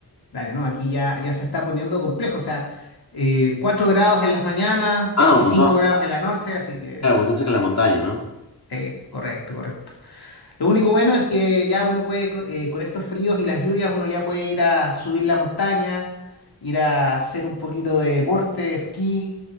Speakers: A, on the left (about 75°); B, on the left (about 45°).
A: Dale, ¿no? Aquí ya, ya se está poniendo complejo, o sea, eh, 4 grados en las mañanas,
B: Ah,
A: 25
B: un montón.
A: grados en la noche, así que
B: Claro, porque están cerca de la montaña, ¿no?
A: sí, correcto, correcto. Lo único bueno es que ya uno puede, co- eh, con estos fríos y las lluvias, uno ya puede ir a subir la montaña, ir a hacer un poquito de deporte, esquí,